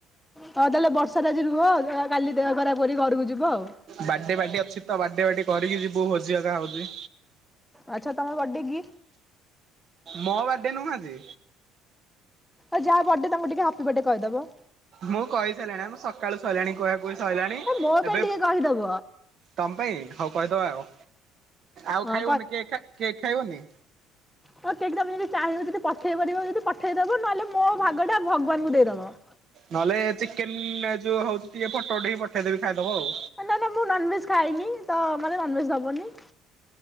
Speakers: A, in the centre; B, on the right.
A: ହଁ ତାହେଲେ ବର୍ଷାରେ ଆଜି ରୁହ, କାଲି ଦେହ ଖରାପ ଘରକୁ ଯିବ ଆଉ
B: ବାର୍ଥଡେ ପାର୍ଟି ଅଛି ତ, ବାର୍ଥଡେ ପାର୍ଟି କରିକି ଯିବୁ, ଭୋଜି ହେଇକା ହଉଛି।
A: ଆଚ୍ଛା ତମ ବର୍ଥଡେ କି?
B: ମୋ ବାର୍ଡେ ନୁହୁଁ ଆଜି।
A: ଆଉ ଯାହା ବର୍ଡେ ତାଙ୍କୁ ଟିକେ ହାପି ବାର୍ଡେ କହିଦବ।
B: ମୁଁ କହିସାଇଲିଣି ଆମ ସକାଳୁ ସଇଲାଣି କୁହା କୁହି। ସଇଲାଣି
A: ଏ ମୋ ପାଇଁ
B: ଏବେ
A: ଟିକେ କହିଦବ।
B: ତମ ପାଇଁ ହୋଉ କହିଦବା ଆଉ ଆଉ
A: ହଁ
B: ଖାଇବନି କେ ଖା କେକ୍ ଖାଇବନି।
A: ହଁ କେକ୍ ତମେ ଯଦି ଚାହିଁବ ଯଦି ପଠେଇ ପାରିବ ଯଦି ପଠେଇଦବ ନହେଲେ ମୋ ଭାଗ ଟା ଭଗବାନଙ୍କୁ ଦେଇଦବ। <inaudible>
B: ନହେଲେ ଚିକେନ ଯୋଉ ହୋଉଚି ଟିକେ ଫଟୋ ଉଠେଇକି ପଠେଇଦେବି ଖାଇଦବ ଆଉ।
A: ଏ ନାଁ ନାଁ ମୁଁ ନନ୍ ଭେଜ ଖାଇନି ତ ମତେ ନନ୍ ଭେଜ ଦବନି।